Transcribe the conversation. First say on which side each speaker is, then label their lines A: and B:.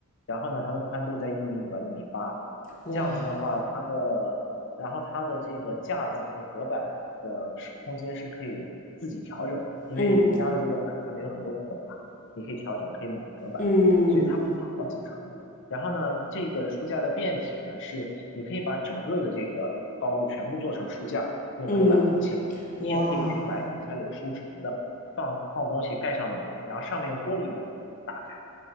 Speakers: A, on the left; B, on the left.
A: 然后呢，它的宽度在一米五到一米八，
B: 哇，
A: 这样子的话，它的然后它的这个架子那个隔板的是空间是可以自己调整的，因为宜家的这个板上面有很多孔嘛，
B: 嗯
A: 你可以调整，可以买隔板，
B: 嗯
A: 所以它会放好几层。然后呢，这个书架的变体呢，是你可以把整个的这个高度全部做成书架，用隔板隔起来。
B: 嗯，
A: 你也可以去买底下有书橱的，
B: 哇，
A: 放放东西，盖上门，然后上面用玻璃门打开，